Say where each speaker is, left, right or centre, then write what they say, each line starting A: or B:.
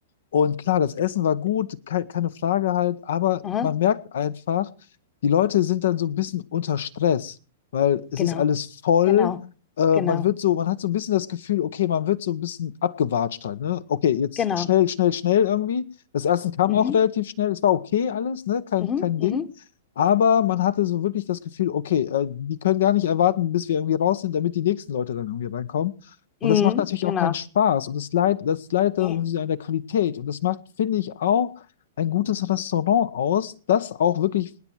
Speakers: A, on the left (about 60°); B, on the left (about 25°).
A: Und klar, das Essen war gut, ke keine Frage halt, aber
B: aha,
A: man merkt einfach, die Leute sind dann so ein bisschen unter Stress, weil es
B: genau.
A: ist alles voll.
B: Genau,
A: Äh,
B: genau,
A: man wird so, man hat so ein bisschen das Gefühl, okay, man wird so ein bisschen abgewatscht halt, ne? Okay, jetzt
B: genau.
A: schnell, schnell, schnell irgendwie. Das Essen kam
B: Mhm,
A: auch relativ schnell. Es war okay alles, ne? Kein,
B: mhm,
A: kein
B: mhm,
A: Ding. Aber man hatte so wirklich das Gefühl, okay, äh, die können gar nicht erwarten, bis wir irgendwie raus sind, damit die nächsten Leute dann irgendwie reinkommen. Und
B: mhm,
A: das macht natürlich
B: genau.
A: auch keinen Spaß. Und das leidet, das leidet
B: Nee.
A: dann irgendwie an der Qualität. Und das macht, finde ich, auch ein gutes Restaurant aus, das auch wirklich,